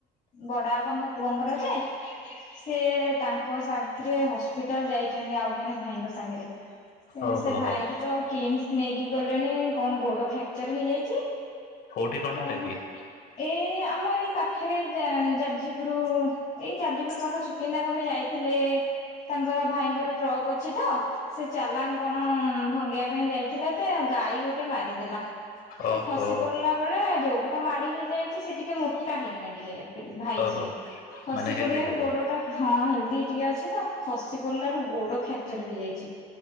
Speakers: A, on the left; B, on the left.
A: ବଡ ବାପାଙ୍କ ପୁଅଙ୍କର ଯେ ସିଏ ତାଙ୍କ ସାଥିରେ ହସ୍ପିଟାଲ ଯାଇଛନ୍ତି ଆଉ ଜଣେ ଭାଇଙ୍କ ସାଙ୍ଗରେ।
B: ଓହୋ
A: ସେ ଭାଇ
B: ହୋ
A: କିି ତ କିମ୍ସ ନେଇକି ଗଲେଣି କଣ ଗୋଡ ଫ୍ରାକ୍ଚର ହେଇଯାଇଛି?
B: କୋଉଠି
A: କଣ?
B: ହେଲା କି?
A: ଏଇ ଆମର ଏଇ ପାଖରେ ଯାଜପୁର ଏଇ ଯାଜପୁର ପାଖ କିନ୍ଦା କଣପାଇଁ ଯାଇଥିଲେ? ତାଙ୍କର ଭାଇଙ୍କର ଟ୍ରକ୍ ଅଛି ତ ସେ ଚାଲାଣ କଣ ଭଙ୍ଗେଇବା ପାଇଁ ଯାଇ ଥିଲା ତ ଗାଈ ଗୋଟେ ମାରିଦେଲା
B: ଓହୋ
A: ତ ଖସି ପଡିଲା ବେଳେ ଯୋଉ ଓଭ ତ ମାଡି ହେଇଯାଇଛି ସେ ଟିକେ ମୋଟା ହେଇକିନା ଟିକେ ଭାଇଯିଏ।
B: ଓହୋ
A: ଖସି
B: ମାନେ
A: ପଡ଼ିବାରୁ
B: ହେଲ୍ଦି ଲୋକ
A: ଗୋଡ଼ଟା ହଁ ହେଲ୍ଦି ଟିକେ ଅଛି ତ ଖସି ପଡ଼ିଲାରୁ ଗୋଡ଼ ଫ୍ରାକ୍ଚର ହେଇଯାଇଛି।